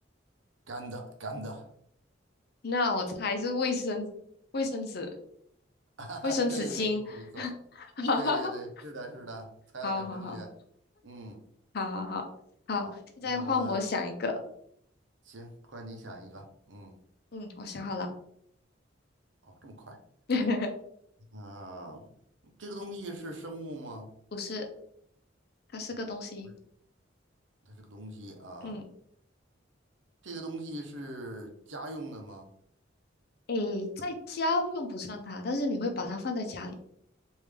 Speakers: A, on the right (about 75°); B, on the left (about 55°).
A: 干的干的，
B: 那我猜是卫生卫生纸、
A: <laughs> 啊对，
B: 卫生纸巾。
A: 没错没错，
B: <laughs> 哈哈哈，
A: 对对对，
B: <laughs>
A: 是的是的，猜的很正确，
B: 好好好
A: 嗯，
B: 好好好好，
A: 好，
B: 现在换我想一个。
A: 那么行，换你想一个，嗯，
B: 嗯，我想好了，
A: 哦，这么快。
B: <laughs>
A: 啊，这个东西是生物吗？
B: 不是，它是个东西。
A: 不是，它是个东西啊。
B: 嗯，
A: 这个东西是家用的吗？
B: 诶，在家用不上它，但是你会把它放在家里。